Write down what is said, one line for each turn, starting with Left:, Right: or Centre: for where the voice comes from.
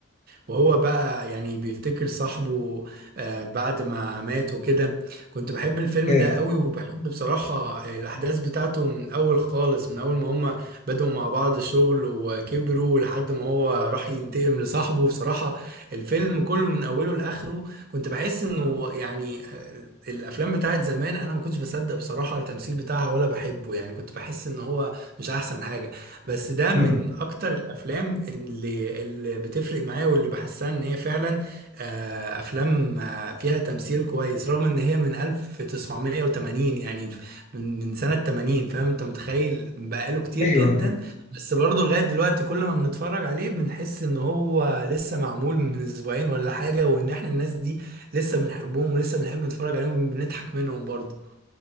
Right: وهو بقى يعني بيفتكر صاحبه آه بعد ما مات وكده كنت بحب الفيلم
Left: اوكي
Right: ده قوي وبحب بصراحة الأحداث بتاعته من أول خالص من أول ما هما بدأوا مع بعض شغل وكبروا لحد ما هو راح ينتقم لصاحبه بصراحة الفيلم كله من أوله لآخره كنت بحس انه يعني آه، الافلام بتاعت زمان انا ما كنتش بصدق بصراحه التمثيل بتاعها ولا بحبه يعني كنت بحس ان هو مش احسن حاجه بس ده
Left: مم.
Right: من اكتر الافلام اللي اللي بتفرق معايا واللي بحسها ان هي فعلا آه، افلام آه، فيها تمثيل كويس رغم ان هي من 1980 يعني من من سنه 80 فاهم انت متخيل بقاله كتير
Left: ايوه
Right: جدا بس برضه لغاية دلوقتي كل ما بنتفرج عليه بنحس ان هو لسه معمول من اسبوعين ولا حاجة وان احنا الناس دي لسه بنحبهم ولسه بنحب نتفرج عليهم بنضحك منهم برضه